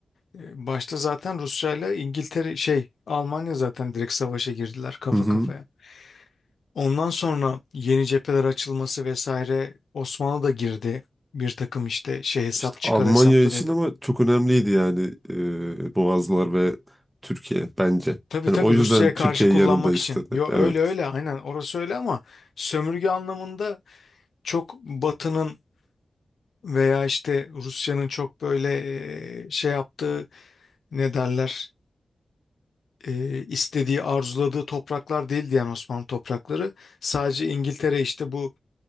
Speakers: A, on the left; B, on the right.
A: E, Başta zaten Rusya ile İngiltere şey Almanya zaten direkt savaşa girdiler kafa
B: Hı hı.
A: kafaya. Ondan sonra yeni cepheler açılması vesaire Osmanlı da girdi. Bir takım işte şey hesap
B: İşte
A: çıkar
B: Almanya
A: hesapları
B: için
A: yapıp.
B: ama çok önemliydi yani e, Boğazlar ve Türkiye bence.
A: Tabii
B: Hani
A: tabii
B: o yüzden
A: Rusya'ya
B: Türkiye
A: karşı kullanmak
B: yanında istedi.
A: için. Yo
B: Evet.
A: öyle öyle aynen orası öyle ama sömürge anlamında çok Batı'nın veya işte Rusya'nın çok böyle e, şey yaptığı ne derler e, istediği, arzuladığı topraklar değildi yani Osmanlı toprakları. Sadece İngiltere işte bu